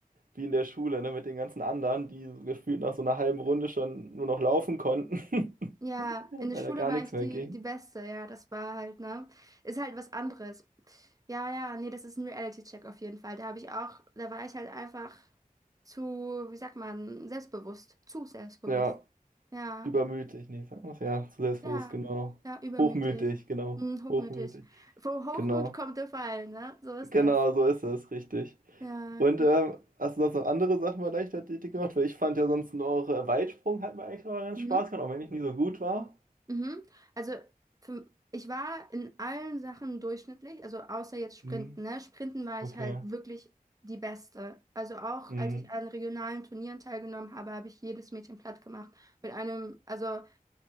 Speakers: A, on the right (about 65°); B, on the right (about 25°).
A: wie in der Schule, ne, mit den ganzen anderen, die so gefühlt nach so einer halben Runde schon nur noch laufen konnten,
B: Ja,
A: <laughs>
B: in der
A: weil
B: Schule
A: da gar
B: war
A: nichts
B: ich
A: mehr
B: die,
A: ging.
B: die Beste, ja, das war halt, ne? Ist halt was anderes. Ja, ja, nee, das ist ein Reality-Check auf jeden Fall. Da habe ich auch, da war ich halt einfach zu, wie sagt man, selbstbewusst, zu selbstbewusst.
A: Ja.
B: Ja,
A: Übermütig, nee, sag mal, so. ja, zu selbstbewusst,
B: ja,
A: genau.
B: ja, übermütig,
A: Hochmütig, genau.
B: hm, hochmütig.
A: Hochmütig,
B: Vom Hochmut
A: genau.
B: kommt der Fall, ne? So ist
A: Genau,
B: das.
A: so ist es, richtig.
B: Ja,
A: Und ähm, hast du sonst noch andere Sachen bei Leichtathletik gemacht? Weil ich fand ja sonst noch äh, Weitsprung hat mir eigentlich immer ganz
B: mhm.
A: Spaß gemacht, auch wenn ich nie so gut war.
B: Mhm. Also für, ich war in allen Sachen durchschnittlich, also außer jetzt Sprinten,
A: Mhm.
B: ne? Sprinten war
A: Okay.
B: ich halt wirklich die Beste. Also auch
A: Mhm.
B: als ich an regionalen Turnieren teilgenommen habe, habe ich jedes Mädchen platt gemacht. Mit einem, also